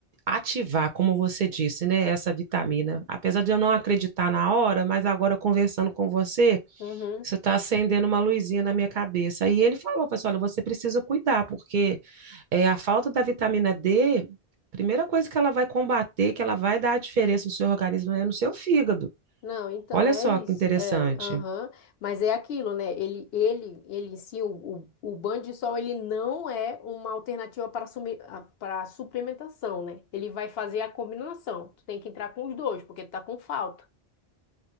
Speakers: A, on the right; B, on the left.
A: ativar, como você disse, né, essa vitamina. Apesar de eu não acreditar na hora, mas agora conversando com você,
B: Uhum.
A: isso está acendendo uma luzinha na minha cabeça. Aí ele falou, pessoal, olha, você precisa cuidar, porque é, a falta da vitamina D, primeira coisa que ela vai combater, que ela vai dar a diferença no seu organismo, é no seu fígado.
B: Não, então
A: Olha
B: é
A: só
B: isso,
A: que interessante.
B: é, aham, Mas é aquilo, né? Ele, ele, ele sim. o, o, o banho de sol, ele não é uma alternativa para sumi- a- para suplementação, né? Ele vai fazer a combinação. Tu tem que entrar com os dois, porque tu tá com falta.